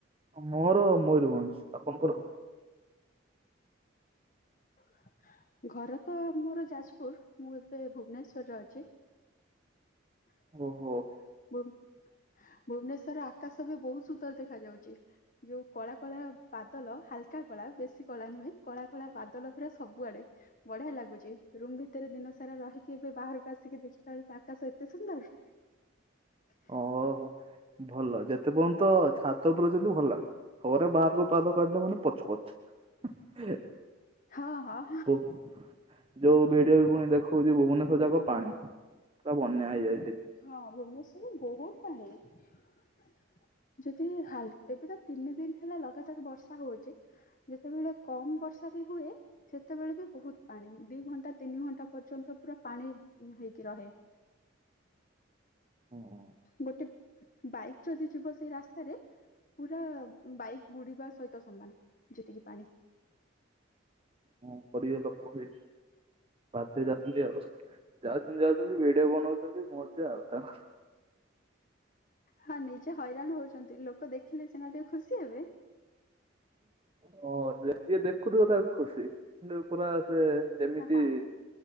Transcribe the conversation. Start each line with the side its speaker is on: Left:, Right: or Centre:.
Right: ମୋର ମୟରଭଞ୍ଜ ଆପଣଙ୍କର?
Left: <inaudible> ଘର ତ ମୋର ଯାଜପୁର ମୁଁ ଏବେ ଭୁବନେଶ୍ଵରରେ ଅଛି। <unintelligible>
Right: ଓହୋ
Left: ଭୁବନେଶ୍ଵର ଆକାଶ ବି ବହୁତ ସୁନ୍ଦର ଦେଖାଯାଉଛି। ଯୋଉ କଳା କଳା ବାଦଲ ହାଲକା କଳା ବେଶୀ କଳା ନୁହେଁ। କଳା କଳା ବାଦଲ ପୁରା ସବୁଆଡେ। ବଢିଆ ଲାଗୁଛି ରୁମ ଭିତରେ ଦିନ ସାରା ରହିକି ଏବେ ବାହାରକୁ ଆସିକି ଦେଖି ବଳକୁ ଆକାଶ ଏତେ ସୁନ୍ଦର? <inaudible>
Right: ଓହୋ ଭଲ ଯେତେ ପର୍ଯ୍ୟନ୍ତ ଛାତ ପଉଛନ୍ତି ଭଲ ଲାଗିବ। ଥରେ ବାହାରକୁ ପାଦ କାଟିଲ ମାନେ ପଚ ପଚ।
Left: ହଁ ହଁ
Right: ଓ। ଯୋଉ ଭିଡିଓ ବି ପୁଣି ଦେଖଉଛି ଭୁବନେଶ୍ଵର ଯାକ ପାଣି ପୁରା ବନ୍ୟା ହେଇଯାଇଛି।
Left: ହଁ ଭୁବନେଶ୍ଵରରେ ବହୁତ ପାଣି ହେ। ଯଦି ହାଲ୍ ଏବେ ତ ତିନି ଦିନ ହେଲା ଲଗାତାର ବର୍ଷା ହୋଉଚି। ଯେତେବେଳେ କମ୍ ବର୍ଷା ବି ହୁଏ ସେତେବେଳେ ବି ବୋହୁତ ପାଣି ଦି ଘଣ୍ଟା ତିନି ଘଣ୍ଟା ପର୍ଯ୍ୟନ୍ତ ପୁରା ପାଣି ହେଇକି ରହେ।
Right: ହୁଁ ହଁ।
Left: ଗୋଟେ ବାଇକ୍ ଯଦି ଯିବ ସେଇ ରାସ୍ତାରେ ପୁରା ବାଇକ୍ ବୁଡି଼ବା ସହିତ ସମାନ ଯେତିକି ପାଣି।
Right: ହଁ କରିବେ ଲୋକ ହେଇ ବାଧ୍ୟ ହେଇ ଯାଉଛନ୍ତି ଆଉ। ଯାଉଛନ୍ତି ଯାଉଛନ୍ତି ଭିଡ଼ିଓ ବନଉଛନ୍ତି ମଜା ଅଲକା।
Left: ହଁ ନିଜେ ହଇରାଣ ହୋଉଛନ୍ତି ଲୋକ ଦେଖିଲେ ସିନା ଟିକେ ଖୁସି ହେବେ।
Right: ହଁ ଯେ ଯିଏ ଦେଖୁଥୁବ ତାକୁ ଖୁସି କିନ୍ତୁ ପୁରା ସେ ଯେମିତି
Left: ହଁ ହଁ